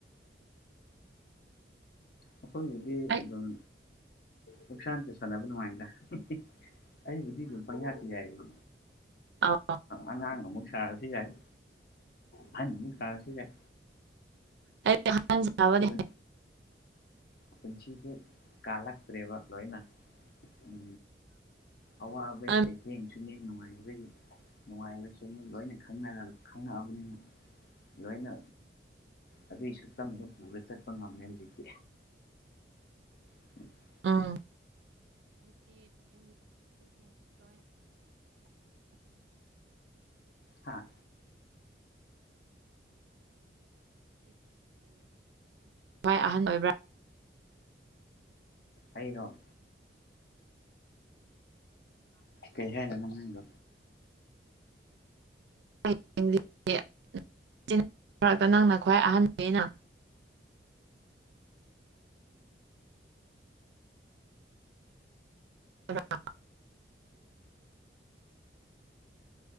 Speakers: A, on the left; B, on the right.
A: ꯑꯩꯈꯣꯏ ꯍꯧꯖꯤꯗꯤ
B: ꯑꯩ
A: ꯑꯗꯨꯝ ꯄꯛꯁꯥꯟ ꯆ ꯁꯥꯟꯅꯕ ꯅꯨꯡꯉꯥꯏꯗ <unintelligible> ꯄꯥꯡꯌꯗ ꯌꯥꯏꯌꯦꯕ
B: ꯑ
A: ꯑꯉꯥꯡ ꯑꯃꯨꯛ ꯁꯥꯔꯁꯨ ꯌꯥꯏ ꯑꯍꯟ ꯑꯃꯨꯛ ꯁꯥꯔꯁꯨ ꯌꯥꯏ
B: ꯑ ꯍꯥꯟꯋꯥꯗ
A: ꯍ ꯄꯨꯟꯁꯤꯁꯦ ꯀꯥꯂꯛꯇ꯭ꯔꯦꯕ ꯂꯣꯏꯅ ꯎ ꯑꯋꯥꯕꯩ ꯆꯩꯩꯊꯦꯡꯁꯨꯨꯝꯃꯤ
B: ꯎꯝ
A: ꯅꯨꯡꯉꯥꯏꯈ꯭ꯔꯩ ꯅꯨꯡꯉꯥꯏꯕꯁꯨꯅꯤ ꯂꯣꯏꯅ ꯈꯪꯉꯛꯑꯕꯅꯤ ꯂꯣꯏꯅ ꯑꯗꯨꯒꯤ ꯁꯛꯇꯝꯗꯨꯣ ꯄꯨꯔ ꯆꯠꯄ ꯉꯝꯃꯦ ꯍꯧꯖꯤꯛꯇꯤ <unintelligible>
B: ꯑꯥ
A: ꯍꯥꯥ
B: ꯚꯥꯏ ꯑꯍꯟ ꯑꯣꯏꯕ꯭ꯔꯥ
A: ꯑꯩꯅꯣ ꯀꯩ ꯍꯥꯏꯅ ꯅꯅꯨꯡꯉꯥꯏꯒ
B: <unintelligible> ꯅꯪꯅ ꯈ꯭ꯋꯥꯏ ꯑꯍꯟꯩꯅ <unintelligible>